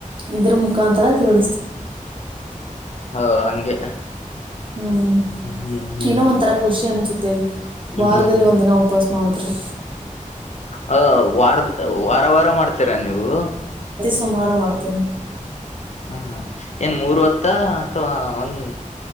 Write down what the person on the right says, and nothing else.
ಇದ್ರ ಮುಖಾಂತರ ತಿಳ.
ಹ್ಮ್
ಇನ್ನೋ ಒಂಥರ ಖುಷಿ ಅನ್ಸುತ್ತೆ
ವಾರದಲ್ಲಿ ಒಂದ್ ದಿನ. ಉಪಸ್ ಮಾಡಳೋದ್ರಿ.
ಸೋಮಾರ ಮಾಡ್ತೀನಿ.